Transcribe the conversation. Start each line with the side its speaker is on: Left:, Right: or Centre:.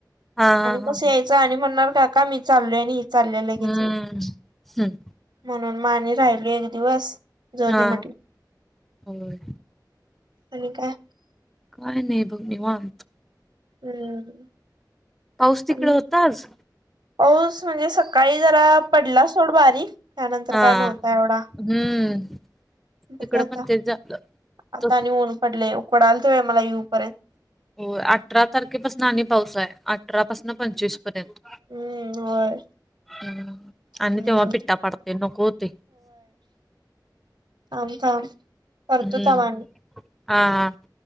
Centre: हा हा.
Right: कस यायचं आणि म्हणणार काका मी चालोय आणि ही चालल्या लगेच
Centre: हम्म हम
Right: म्हणून म आणि राहिलो एक दिवस जाऊदे
Centre: हा
Right: म्हटलं
Centre: होय.
Right: आणि काय
Centre: काय नाही बघ निवांत
Right: हम्म
Centre: पाऊस तिकड
Right: आणि
Centre: होता आज
Right: पाऊस म्हणजे सकाळी जरा पडला सोड बारीक त्यानंतर
Centre: हा
Right: काय नव्हता एवढा
Centre: हम्म
Right: बघ
Centre: इकडं
Right: आता
Centre: पण तेच झालं.
Right: आता
Centre: तो
Right: आणि ऊन पडलय उकडाल त बय मला यू पर्यंत
Centre: होय अठरा तारखेपासून आणि पाऊसाय अठरा पाासन पंचवीस पर्यंत
Right: हम्म होय
Centre: हम् आणि
Right: हम्म
Centre: तेव्हा पिट्टा पडतय नको होतय
Right: थाम थाम करतो
Centre: हम्म
Right: थाम अणि
Centre: हा हा